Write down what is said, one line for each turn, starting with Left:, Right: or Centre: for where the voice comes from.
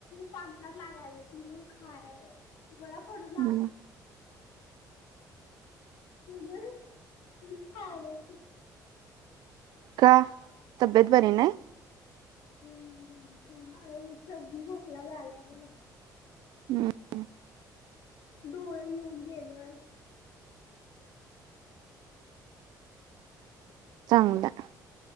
Left: पानसाठ लागायल्याती म्हणून खायालोय. मला कडू लागलं.
Right: हम्म.
Left: म्हणून मी खायालोय हीजं.
Right: का तब्येत बरी नाही.
Left: हं.. होय सरदी-खोकला झालाय मला.
Right: ह...
Left: डोळं येऊन गेलत.
Right: चांगलाय,